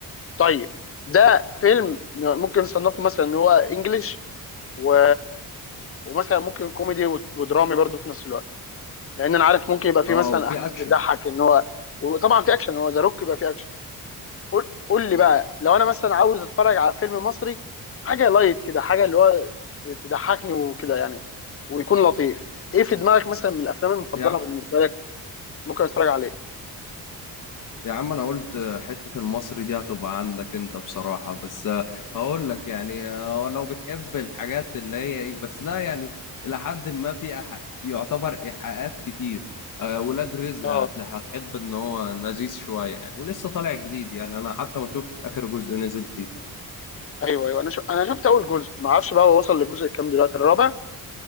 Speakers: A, on the left; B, on the left.
A: طيب ده فيلم ممكن نصنفه مثلا ان هو انجليش و... ومثلا ممكن كوميدي وت- ودرامي برضو في نفس الوقت لان انا عارف ممكن يبقى في
B: اه
A: مثلا
B: وفي
A: احداث
B: اكشن
A: بتضحك ان هو وطبعا في اكشن هو ذا روك يبقى في اكشن قول قول لي بقى لو انا مثلا عاوز اتفرج على فيلم مصري حاجه لايت كده حاجه اللي هو تضحكني وكده يعني ويكون لطيف ايه في دماغك مثلا من الافلام المفضله
B: يا عم
A: بالنسبه لك ممكن اتفرج عليه
B: يا عم انا قلت حتة المصري دي هتبقى عندك انت بصراحة بس آه، هقول لك يعني آه، لو بتحب الحاجات اللي هي إيه، بس ده يعني الى حد ما في إيحاء- يعتبر ايحاءات كتير آه، ولاد رزق
A: اه
B: هتل- هتحب ان هو لذيذ شوية يعني ولسه طالع جديد يعني انا حتى ما شفتش اخر جزء نزل فيه
A: ايوه ايوه انا شو... انا شفت اول جزء ما اعرفش بقى هو وصل للجزء الكام دلوقتي الرابع